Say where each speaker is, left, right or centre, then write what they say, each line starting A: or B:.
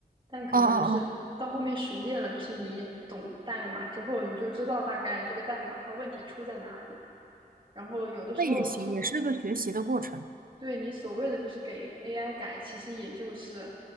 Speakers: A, on the right (about 30°); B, on the right (about 60°).
A: 但可能就是到后面熟练了，
B: 嗯嗯嗯，
A: 就是你懂代码之后，你就知道大概这个代码它问题出在哪里。然后有的时候所
B: 那也行，也是个学习的过程，
A: 对你所谓的就是给 AI 改，其实也就是，